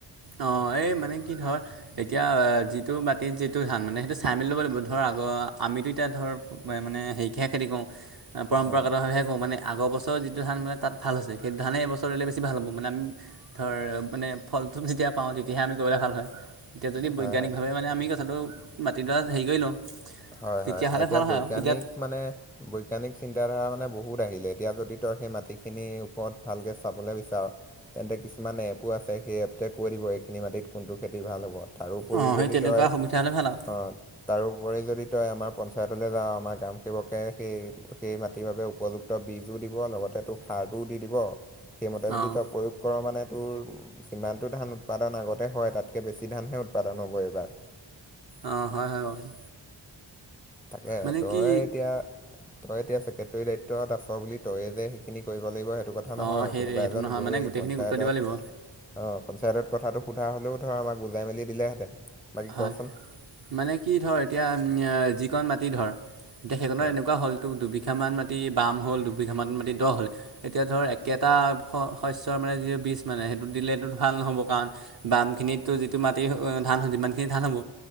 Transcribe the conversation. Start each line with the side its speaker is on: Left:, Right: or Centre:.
Right: অঁ এই মানে কি ধৰ এতিয়া যিটো মাটিত যিটো ধান মানে সেইটো চাই মেলি ল'ব লাগিব আমিটো এতিয়া ধৰ আগৰ আমিতো এতিয়া ধৰ মই মানে হেৰিকহে খেতি কৰোঁ পৰম্পৰাগতভাৱহে
Centre: অঁ
Right: কৰো মানে আগৰ বছৰ যিটো ধান মানে তাত ভাল হৈছে সেইটো ধানেই এইবছৰ দিলে বেছি ভাল হ'ব মানে আমি ধৰ মানে ফলটোপ যেতিয়া পাওঁ তেতিয়াহে আমি কৰিবলৈ ভাল হয় এতিয়া যদি
Centre: হয়
Right: বৈজ্ঞানিকভাৱে
Centre: হয়
Right: মানে মে আমি <inaudible> মাতিডৰা হেৰি কৰি লওঁ
Centre: হয়
Right: তেতিয়াহ'লে
Centre: হয় এতিয়া
Right: ভাল হয়
Centre: বৈজ্ঞানিক
Right: আৰু এতিয়া
Centre: মানে বৈজ্ঞানিক চিন্তাধাৰা মানে বহুত আহিলে এতিয়া যদি তই সেই মাটিখিনিৰ ওপৰত ভালকে চাবলে বিচাৰ। তেন্তে কিছুমান এপো আছে সেই এপটোৱে কৈ দিব এইখিনি মাটিত কোনটো খেতি ভাল হ'ব তাৰোপৰি
Right: অঁ সেই
Centre: যদি
Right: তেনেকুৱা
Centre: তই
Right: সুবিধা হ'লে ভাল আৰু
Centre: আহ তাৰোপৰি যদি তই আমাৰ পঞ্চায়তলৈ যাৱ আমাৰ গ্ৰাম সেৱকে সেই সেই মাটিৰ বাবে উপযুক্ত তোক বীজো দিব লগতে তোক সাৰটোও দি দিব সেইমতে
Right: অঁ
Centre: যদি তই প্ৰয়োগ কৰ মানে তোৰ যিমানটো ধান উৎপাদন আগতে হয় তাতকে বেছি ধানহে উৎপাদন হ'ব এইবাৰ
Right: অ হয় হয় বাৰু
Centre: তাকে
Right: মানে
Centre: তই
Right: কি
Centre: এতিয়া তই এতিয়া সেক্ট্ৰেৰী দায়িত্ব ৰত আছ বুলি তয়ে যে সেইখিনি কৰিব লাগিব সেইটো কথা নহয়
Right: অঁ সেই
Centre: কোনোবা
Right: সেইটো
Centre: এজন
Right: নহয়
Centre: গৈ
Right: মানে গোটেইখিনি
Centre: পঞ্চায়তত
Right: গুৰুত্ব দিব লাগিব
Centre: অ পঞ্চায়তত কথাটো সোধা হলেও ধৰ আমাক বুজাই মেলি দিলেহেঁতেন বাকী
Right: হয়
Centre: কচোন
Right: মানে কি ধৰ এতিয়া যিকণ মাটি ধৰ এতিয়া সেইকণত
Centre: অ',
Right: এনেকুৱা হ'লতো দুবিঘামান মাটি মাটি বাম হ'ল দুবিঘা মান মাটি দহ হ'ল এতিয়া ধৰ একেটা শস্যৰ মানে যিটো বীজ মানে সেইটো দিলেতো ভাল নহ'ব কাৰণ বামখিনিত তোৰ যিটো মাটি ধান হয় যিমান ধ হ'ব